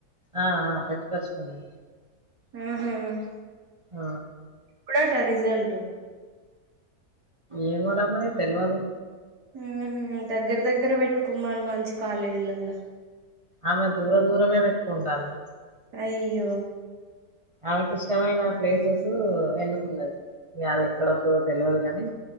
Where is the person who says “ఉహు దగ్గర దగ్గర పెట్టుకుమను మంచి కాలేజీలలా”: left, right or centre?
Right